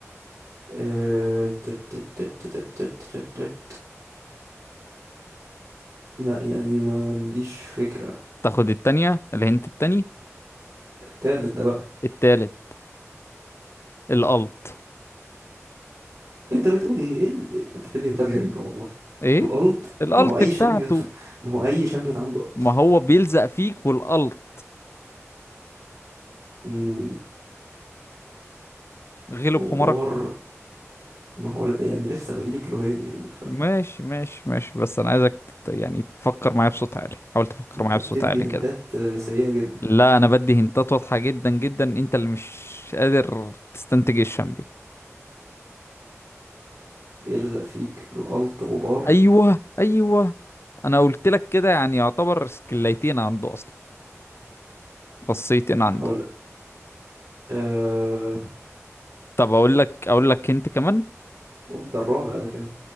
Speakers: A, on the right (about 75°); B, on the left (about 50°).
A: آه، تت- تت- تت- تت- تت- تت- تت. لا يعني ما عنديش فكرة
B: تاخد التانية الهنت التاني
A: التالت ده بقى
B: التالت الألت
A: انت بتقول ايه ايه ال... انت بتدي انتات غريبة والله
B: ايه
A: الالت
B: الألت
A: ما هو اي
B: بتاعته
A: شامبيون ف... ما هو اي شامبيون عنده ألت.
B: ما هو بيلزق فيك والألت
A: امم
B: غلب
A: غبار
B: حمارك
A: ما هو ل- يعني لسه باقيلي كلوهين يعني
B: ماشي ماشي ماشي بس انا عايزك ت- يعني تفكر معايا بصوت عالي حاول تفكر
A: انت
B: معايا
A: بتدي
B: بصوت عالي
A: هنتات
B: كده
A: آه، سيئة جدا
B: لا انا بدي هنتات واضحة جدا جدا انت اللي مش قادر تستنتج الشامبيون
A: بيلزق فيك القلط غبار
B: ايوه ايوه انا قلت لك كده يعني يعتبر سكليتين عنده اصلا خاصيتين عنده
A: حاول أه...
B: طب اقول لك اقول لك انت كمان
A: قول ده الرابع ده كده